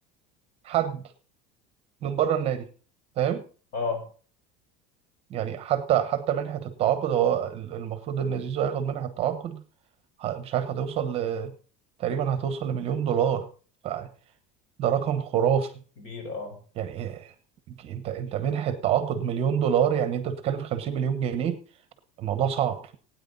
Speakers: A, on the right; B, on the left.
A: حد من بره النادي فاهم
B: اه
A: يعني حتى حتى منحة التعاقد هو ال- المفروض ان زيزو هياخد منحة التعاقد ه- مش عارف هتوصل ل... تقريبا هتوصل لمليون دولار فده رقم خرافي
B: كبير اه
A: يعني إيه- انت انت منحة تعاقد مليون دولار يعني انت بتتكلم في 50 مليون جنيه الموضوع صعب